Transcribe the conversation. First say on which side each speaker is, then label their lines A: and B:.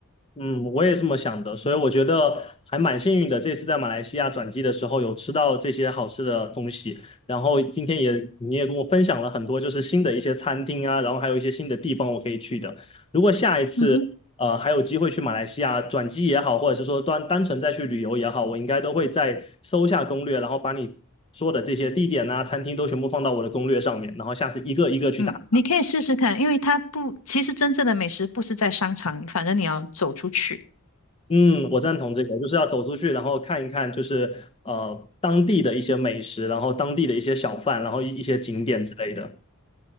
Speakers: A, on the left (about 25°); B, on the left (about 80°).
A: 嗯，我也这么想的，所以我觉得还蛮幸运的。这次在马来西亚转机的时候，有吃到这些好吃的东西，然后今天也你也跟我分享了很多，就是新的一些餐厅啊，然后还有一些新的地方我可以去的。如果下一次呃还有机会去马来西亚转机也好，
B: 嗯哼，
A: 或者是说单单纯再去旅游也好，我应该都会再搜下攻略，然后把你说的这些地点啊、餐厅都全部放到我的攻略上面，然后下次一个一个去打。
B: 嗯，你可以试试看，因为它不，其实真正的美食不是在商场里反正你要走出去。
A: 嗯，我赞同这个，就是要走出去，然后看一看，就是呃当地的一些美食，然后当地的一些小贩，然后一一些景点之类的。